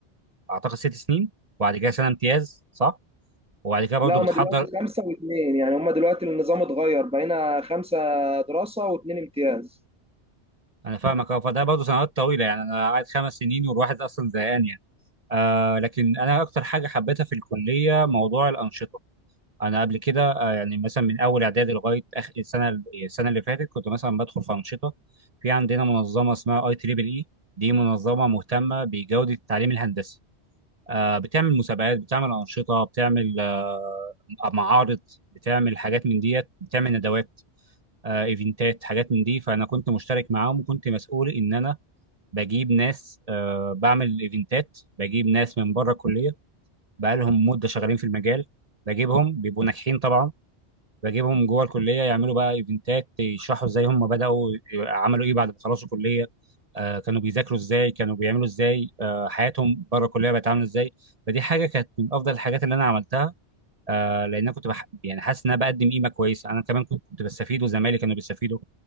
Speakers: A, on the right (about 40°); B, in the centre.
A: اعتقد ست سنين وبعد كده سنه امتياز صح وبعد كده برضه
B: لا
A: بتحضر
B: هما دلوقتي خمسه واثنين يعني هما دلوقتي النظام اتغير بقينا خمسه دراسه واثنين امتياز
A: انا فاهمك اه فده برضه سنوات طويله يعني انا قاعد خمس سنين والواحد اصلا زهقان يعني آه لكن انا اكتر حاجه حبيتها في الكليه موضوع الانشطه انا قبل كده آه يعني مثلا من اول اعدادي لغايه اخر السنه السنه اللي فاتت كنت مثلا بدخل في انشطه في عندنا منظمه اسمها اي تريبل اي دي منظمه مهتمه بجوده التعليم الهندسي آه بتعمل مسابقات بتعمل انشطه بتعمل آه معارض بتعمل حاجات من ديت بتعمل ندوات آه، ايفنتات حاجات من دي فانا كنت مشترك معاهم وكنت مسؤول ان انا بجيب ناس آه، بعمل ايفنتات بجيب ناس من بره الكليه بقالهم مده شغالين في المجال بجيبهم بيبقوا ناجحين طبعا بجيبهم جوه الكليه يعملوا بقى ايفنتات يشرحوا ازاي هم بداوا عملوا ايه بعد ما خلصوا كليه آه، كانوا بيذاكروا ازاي كانوا بيعملوا ازاي آه، حياتهم بره الكليه بقت عامله ازاي فدي حاجه كانت من افضل الحاجات اللي انا عملتها آه، لان انا كنت بح... يعني حاسس ان انا بقدم قيمه كويسه انا كمان كنت كنت بستفيد وزمايلي كانوا بيستفيدوا